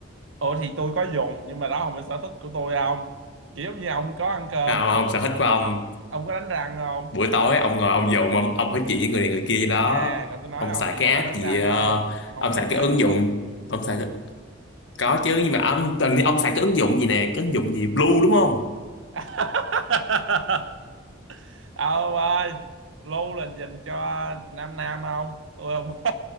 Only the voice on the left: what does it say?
không
không sở thích của ông
buổi tối ông ngồi ông dùng ông, ông nói chuyện với người này người kia gì đó
ông
xài
cái
app gì
ờ,
ông
xài
cái ứng
dụng ông xài Có chứ nhưng mà ông tình ông xài cái ứng dụng gì nè, cái ứng dụng gì Blue đúng không?